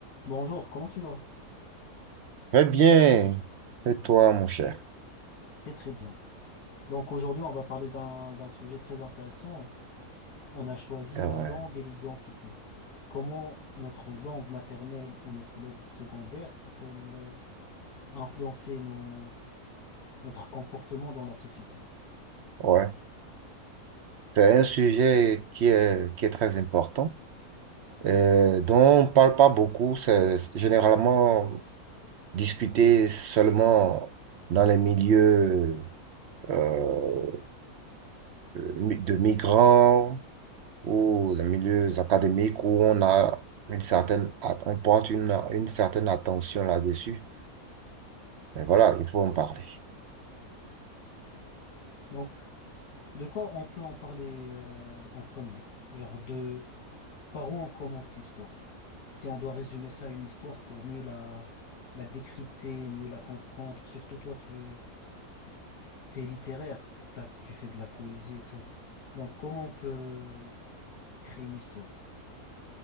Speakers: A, on the left; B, on the right.
A: Bonjour, comment tu vas?
B: Très bien. Et toi, mon cher.
A: Très très bien. Donc aujourd'hui, on va parler d'un d'un sujet très intéressant. On a choisi
B: Eh
A: la
B: Ouais.
A: langue et l'identité. Comment notre langue maternelle ou notre langue secondaire peut-elle euh, influencer nos, notre comportement dans la société?
B: Ouais. C'est un sujet qui est, qui est très important, euh, dont on ne parle pas beaucoup. C'est généralement discuté seulement dans les milieux euh, mi- de migrants ou les milieux académiques où on a une certaine, at- on porte une, une certaine attention là-dessus. Mais voilà, il faut en parler.
A: Donc, de quoi on peut en parler euh, en premier? Genre de par où on commence l'histoire? Si on doit résumer ça à une histoire pour mieux la, la décrypter, mieux la comprendre, surtout toi, tu t'es littéraire, t'as- tu fais de la poésie et tout. Donc, comment on peut créer une histoire?